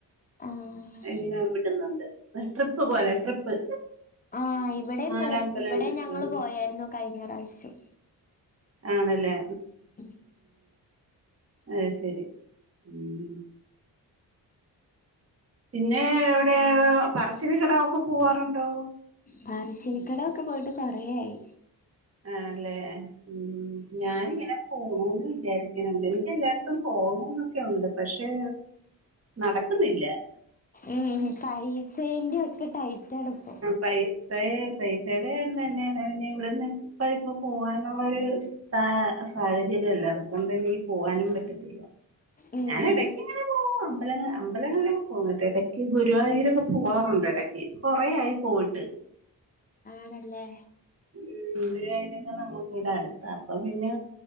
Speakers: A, on the left; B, on the right.
A: ആഹ്
B: എങ്ങനെ വിട്ന്ന്ണ്ട്. എഹ് ട്രിപ്പ് പോലെ ട്രിപ്പ്.
A: ആഹ് ഇവടേം
B: നാലമ്പലം
A: പോ ഇവടേം
B: ഉണ്ട്
A: ഞങ്ങള്
B: ആഹ്
A: പോയായിര്ന്നു കഴിഞ്ഞ പ്രാവശ്യം.
B: ആണ്ല്ലേ.
A: ഉം
B: അയ് ശെരി. ഉം പിന്നെ എവ്ടെ പറശ്ശേനി കടവൊക്കെ പോവാറുണ്ടോ?
A: പറശ്ശേനിക്കടവൊക്കെ പോയിട്ട് കൊറെയായി.
B: ആണല്ലേ ഉം ഞാനിങ്ങനെ പോണോന്ന് വിചാരിക്ക്ണ് എനിക്ക് എല്ലാട്ത്തും പോണന്നൊക്കെയുണ്ട് പക്ഷേ നടക്ക്ന്നില്ല.
A: ഏഹ് കൈസേൻ്റൊക്കെ ടൈറ്റാണ്പ്പോ.
B: പൈസെ പൈസെടെ തെന്നെണ് ഇഞങ്ങള് നിക്ക ഇപ്പോ പോവാന്ള്ളൊര്. പ്പാ സാഹചര്യ ല്ല. അതുകൊണ്ട് വീ പോവാനും പറ്റത്തില്ല.
A: ഉം
B: ഞാനെടയ്ക്ക് ങ്ങനെ പോവും. അമ്പലങ്ങ അമ്പലങ്ങളിലൊക്കെ പോകുന്നുട്ടോ എടക്ക് ഗുരുവായൂരൊക്കെ പോവാറുണ്ടെടക്ക്. കൊറേയായി പോയിട്ട്.
A: ആണല്ലേ.
B: ഉം ഗുരുവായൂര് പിന്നെ നമ്മുക്കിവട ട്ത്ത അപ്പൊ പിന്നെ